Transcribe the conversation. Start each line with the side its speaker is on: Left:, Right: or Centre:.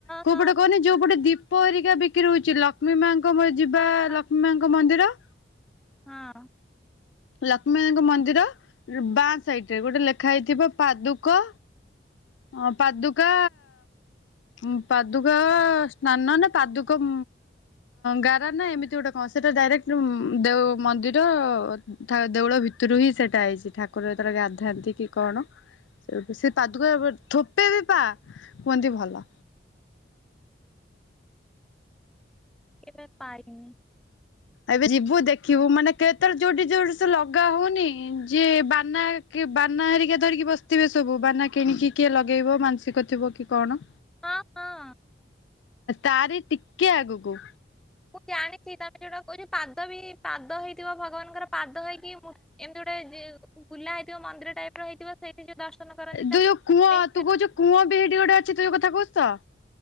Left: କଉପଟେ
Centre: ହଁ
Left: କୁହନି ଯୋଉପଟେ ଦୀପହେରିକା ବିକ୍ରି ହଉଚି ଲକ୍ଷ୍ମୀ ମାଙ୍କ କଉପଟେ ଯିବା
Centre: ହଁ ହଁ
Left: ଲକ୍ଷ୍ମୀ ମାଙ୍କ ମନ୍ଦିର।
Centre: ହଁ।
Left: ଲକ୍ଷ୍ମୀମାଙ୍କ ମନ୍ଦିର ବାଆଁ ସାଇଟିରେ ଗୋଟେ ଲେଖା ହେଇଥିବ ପାଦୁକ ଅ ପାଦୁକା ମ ପାଦୁକା ସ୍ନାନ ନା ପାଦୁକମ ଗାରା ନା ଏମିତି ଗୋଟେ କଣ ସେଟା ଡାଇରେକ୍ଟ ମ ଦେଓ ମନ୍ଦିର ଥା ଦେଉଳଭି ଭିତରୁ ହି ସେଟାଆଇଚି ଠାକୁର ଯେତବେଳେ ଗାଧାନ୍ତି କି କଣ ସେ ପାଦୁକା ଥୋପେ ବି ପା କୁହନ୍ତି ଭଲ।
Centre: କେବେ ପାଇନି।
Left: ଏବେ ଯିବୁ ଦେଖିବୁ ମାନେ କେତଳେ ଯଉଠି ଯଉଠି ସେ ଲଗା ହଉନି ଯିଏ ବାନା ବାନା ହେରିକା ଧରିକି ବସିଥିବେସବୁ ବାନା କିଣିକି କିଏ ଲଗେଇବ ମାନସିକ ଥିବ କି କଣ?
Centre: ହଁ ହଁ।
Left: ତାରି ଟିକେ ଆଗୁକୁ।
Centre: ମୁଁ ଜାଣିଛି ତମେ ଯୋଉଟା କଉଚ ପାଦବି ପାଦ ହେଇଥିବ ଭଗବାନଙ୍କର ପାଦ ହେଇକି ଏମିତି ଗୋଟେ ଜି ବୁଲା ହେଇଥିବ ମନ୍ଦିର ଟାଇପ୍ ର ହେଇଥିବ। ସେଇଠି ଯୋଉ ଦର୍ଶନ କରନ୍ତି ତା
Left: ତୁ ଯୋଉ କୂଅ
Centre: ମେସେ
Left: ତୁ କଉଚୁ କୂଅବି ହେଠି ଗୋଟେ ଅଛି ତୁ ଯୋଉ କଥା କହୁଛୁତ?